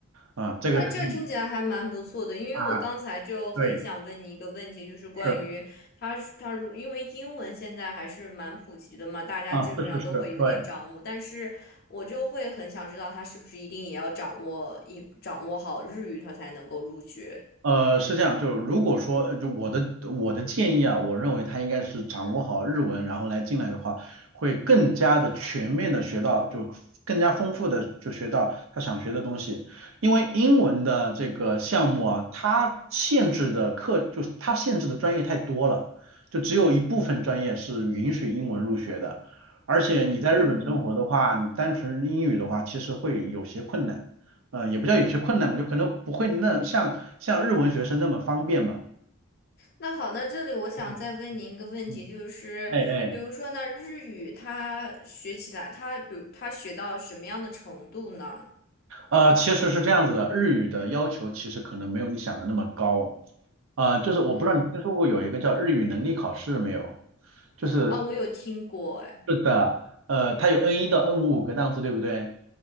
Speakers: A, on the right; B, on the left.
A: 啊，这个肯定，
B: 那这听起来还蛮不错的，因为我刚才就很想问你一个问题，
A: 啊，对，
B: 就是关于他他它如因为英文现在还是蛮普及的嘛，
A: 是
B: 大家基本上都会有点掌握，
A: 啊，是是是，对。
B: 但是我就会很想知道他是不是一定也要掌握一掌握好日语，他才能够入学。
A: 呃，是这样，就是如果说，呃就我的我的建议啊，我认为他应该是掌握好日文，然后来进来的话，会更加的全面的学到，就更加丰富的就学到他想学的东西。因为英文的这个项目啊，它限制的课就是它限制的专业太多了，就只有一部分专业是允许英文入学的。而且你在日本生活的话，
B: 哦，
A: 你单纯英语的话，其实会有些困难。呃，也不叫有些困难吧，就可能不会那像像日文学生那么方便嘛。
B: 那好，那这里我想再问您一个问题，
A: 嗯嗯
B: 就是比如说那日语他学起来，
A: 哎哎，
B: 他比如他学到什么样的程度呢？
A: 呃，其实是这样子的，日语的要求其实可能没有你想的那么高，呃，就是我不知道你听说过有一个叫日语能力考试没有？
B: 嗯，
A: 就是
B: 哦，我有听过，哎
A: 是的，呃，它有 N 一到 N 五五个档次，对不对？